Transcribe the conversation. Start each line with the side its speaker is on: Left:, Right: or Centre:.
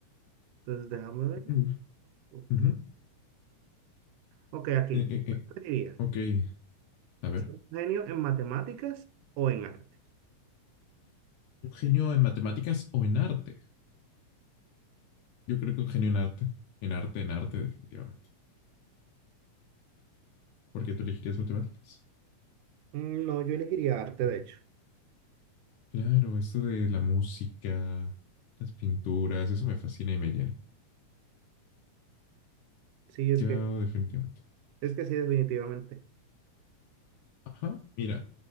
Right: Entonces déjame ver.
Left: Mm.
Right: Ok,
Left: Ujú.
Right: Ok, aquí.
Left: Eh, eh,
Right: ¿Qué
Left: eh,
Right: preferirías?
Left: Ok, a ver.
Right: ¿Ser un genio en matemáticas o en arte?
Left: ¿Un genio en matemáticas o en arte? Yo creo que un genio en arte, en arte, en arte, definitivamente. ¿Por qué tú elegirías matemáticas.
Right: Mm, No, yo elegiría arte, de hecho.
Left: Claro, esto de la música, las pinturas, eso me fascina y me llena.
Right: Sí, es
Left: Yo
Right: que,
Left: definitivamente.
Right: es que sí, definitivamente.
Left: Ajá. Mira,